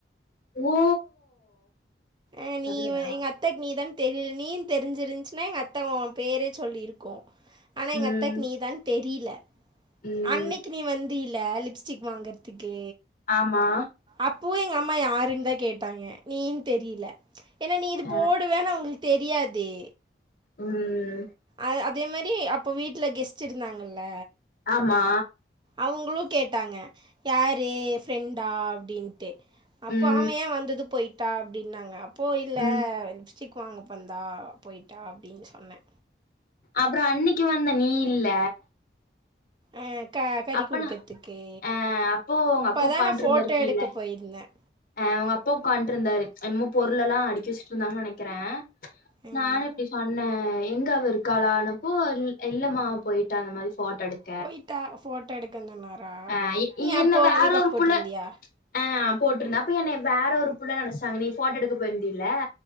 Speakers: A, on the left; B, on the right.
A: ஓ
B: அ நீ
A: தெர்லயா
B: வ எங் அத் அத்தைக் நீதான் தெரில் நீன் தெரிஞ்சிருஞ்ச்னா எங்க அத்த ஓ பேரு சொல்லிருக்கு ஆனா எங்க
A: ம்
B: அத்தைக் நீ தான் தெரில
A: ம்
B: அன்னிகி நீ வந்தீல லிப்ஸ்டிக் வாங்கற்துக்கு
A: ஆமா
B: அப்பவு எங்க அம்மா யாருன்தா கேட்டாங்க நீன் தெரில ஏன்னா நீ இது
A: அ
B: போடுவேன் அவங்ளுக் தெரியாதே
A: ம்
B: அ அதே மாரி அப்போ வீட்ல கெஸ்டு இருந்தாங்கல்ல
A: ஆமா
B: அவங்ளு கேட்டாங்க யாரு ஃப்ரெண்டா அப்டின்ட்டு அப்போ
A: ம்
B: ஆம ஏ வந்தது போய்ட்டா அப்டின்னாங்க அப்போ இல்ல
A: ம்
B: லிப்ஸ்டிக் வாங்க வந்தா போய்ட்டா அப்டின் சொன்ன
A: அப்ற அன்னிக்கி வந்த நீ இல்ல
B: ஆ க கறி
A: அப்பனா
B: கொடுக்கறதுக்கு
A: ஆ அப்போ உங்க அப்பா ஒக்காண்ட்ருந்தாரு
B: தான் நான் ஃபோட்டோ
A: கீழ
B: எடுக்க போயிருந்தேன்
A: அ உங்க அப்பா ஒக்காண்ட்ருந்தாரு என்மோ பொருளலா அடிக்கி வச்சிட்ருந்தாங் நெனக்கிறே
B: அஹ்
A: நானு இப்டி சொன்னே எங்க அவ இருக்காளனப்போ இல் இல்லமா அவ போயிட்டா அந்த மாரி ஃபோட்டோ எடுத்
B: போய்ட்டா ஃபோட்டோ எடுக்கனுன்னாரா
A: ஆ எ
B: நீ அப்போ
A: என்ன வேற
B: மேக்காஃப்
A: ஒரு
B: போட்ருந்தியா
A: புள்ள ஆ போட்ருந்த அப்ப என்னைய வேற ஒரு புள்ள நெனச்டாங்க நீ போட்டோ எடுக்க போயிருந்தீல்ல